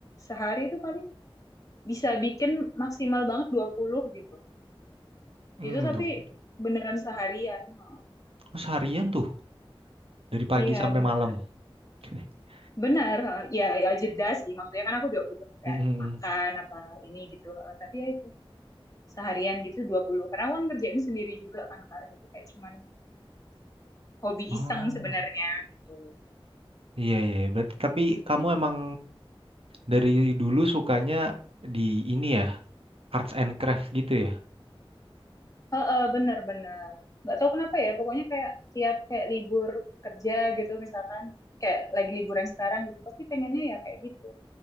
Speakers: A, on the left; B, on the right.
A: Sehari itu paling bisa bikin maksimal banget 20 gitu.
B: Hmm,
A: Itu tapi
B: 20.
A: beneran seharian. Oh,
B: Oh, seharian tuh dari pagi
A: Iya,
B: sampai
A: bener.
B: malam. <laughs>
A: benar heeh. ya, ya jeda sih. Maksudnya kan aku juga butuh kayak
B: Mm-mm.
A: makan apa ini gitu. heeh. Tapi ya itu seharian gitu dua puluh Karena aku kan ngerjain sendiri juga kan Kak. Itu kayak cuman hobi
B: Oh.
A: iseng sebenarnya gitu.
B: Iya, iya, iya. berarti
A: Gitu
B: tapi
A: sih.
B: kamu emang dari dulu sukanya di ini ya, arts and craft gitu ya.
A: Heeh, bener-bener. Nggak tahu kenapa ya, pokoknya kayak tiap kayak libur kerja gitu misalkan. Kayak lagi liburan sekarang gitu, pasti pengennya ya kayak gitu.